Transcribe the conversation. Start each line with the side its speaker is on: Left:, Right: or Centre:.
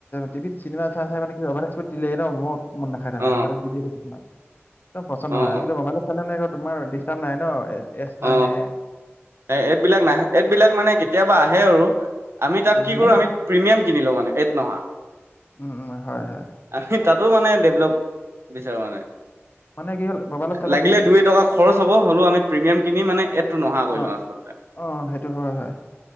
Left: টিভিত চিনেমা চাই, চাই মানে <unintelligible> দিলে ন ম মন নাখাই তাৰ
Right: অ
Left: মানে মোবাইলত যি টিএকদম পচন্দ
Right: অ
Left: নহয় আজিকালি
Right: অ
Left: মোবাইলত নাই তোমাৰ ডিষ্টাৰ্ব নাই ন এছ
Right: অ
Left: নাহে।
Right: এ এডবিলাক নাহে এডবিলাক মানে কেতিয়াবা আহে আৰু। আমি তাত কি
Left: সিমানে
Right: কৰো আমি
Left: কম।
Right: প্ৰিমিয়াম কিনিলোঁ মানে এট নহা।
Left: উম উম হয় হয়
Right: আমি তাতো মানে ডেভলপ বিচাৰো মানে
Left: মানে কি হ'ল মোবাইলত চালে
Right: লাগিলে
Left: মানে
Right: দুই টকা খৰচ হ'ব হ'লেও আমি প্ৰিমিয়াম কিনি মানে এইটো নোহা কৰি
Left: অ
Right: লওঁ আচলতে।
Left: অ', সেইটো হয়, হয়।